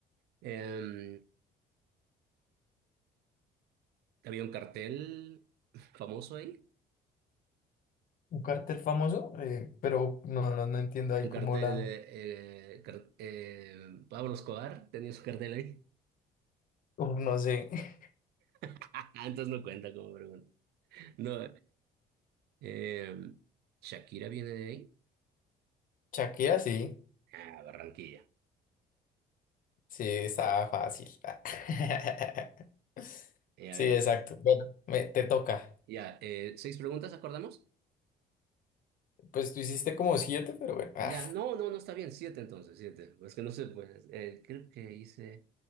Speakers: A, on the right; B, on the left.
A: Em, había un cartel famoso ahí,
B: Un cartel famoso, eh, pero no, no, no entiendo ahí
A: un
B: cómo
A: cartel
B: la...
A: de eh, car- eh, Pablo Escobar tenía su cartel ahí.
B: Uf, no sé. <laughs>
A: <laughs> Entonces no cuenta como pregunta. No, em, Shakira viene de ahí.
B: Shakira sí,
A: Ah, Barranquilla.
B: sí, estaba fácil. Ah. <laughs>
A: Eh,
B: Sí,
A: a ver,
B: exacto. Bueno, me- te toca.
A: ya, eh, seis preguntas, ¿acordamos?
B: Pues tú hiciste como siete, pero bueno. <laughs> Ah,
A: Ya, no, no, no está bien, siete entonces, siete. Es que no sé, pues, eh, creo que hice,